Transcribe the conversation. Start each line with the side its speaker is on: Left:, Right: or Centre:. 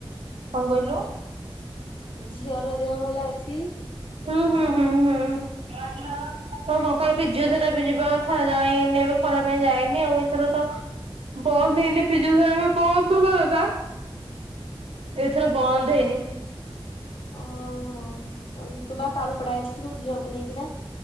Right: କଣ କହିଲୁ?
Left: ଝିଅର ଦେହ ଭଲ ଅଛି?
Right: ହୁଁ ହୁଁ ହୁଁ ହୁଁ ଓହୋ କଣ ଫିଜିଓଥେରାପି ଯିବ। ଏଥର ଯାଇନି ଏବେ ଖରା ପାଇଁ ଯାଏନି ଆଉ ଏଥର ତ ବନ୍ଦ ବି ହେଇନି ଫିଜିଓଥେରାପି ବନ୍ଦ ହବା କଥା। ଏଇଥର ବନ୍ଦ ହେଇନି।
Left: ଓହୋ ତୁ ବା କାଳୁପଡା ଆଇଥିଲୁ ଝିଅକୁ ନେଇକିନା।